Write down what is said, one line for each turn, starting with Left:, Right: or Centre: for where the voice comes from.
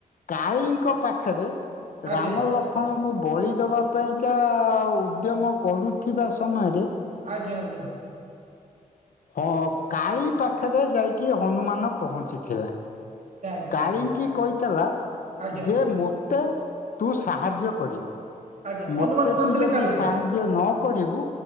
Left: କାଳୀ ଙ୍କ ପାଖରେ
Right: ଆଜ୍ଞା
Left: ରାମ
Right: ଆଜ୍ଞା ଆଜ୍ଞା
Left: ଲକ୍ଷ୍ମଣ କୁ ବଳି ଦେବା ପାଇଁକା ଉଦ୍ୟମ କରୁଥିବା ସମୟରେ
Right: ଆଜ୍ଞା ଆଜ୍ଞା।
Left: ହଁ କାଳି ପାଖରେ ଯାଇକି ହନୁମାନ ପହଞ୍ଚିଥିଲା।
Right: ଆଜ୍ଞା।
Left: କାଳି
Right: ଆଜ୍ଞା ଆଜ୍ଞା ଆଜ୍ଞା
Left: ଙ୍କି କହିଥିଲା
Right: ଆଜ୍ଞା
Left: ଯେ ମୋତେ ତୁ ସାହାଯ୍ୟ କରିବୁ।
Right: ଆଜ୍ଞା ହନୁମାନ
Left: ମୋତେ
Right: କହିଥିଲେ
Left: ତୁ ଯଦି
Right: କାଳିଙ୍ଗି।
Left: ସାହାଯ୍ୟ ନ କରିବୁ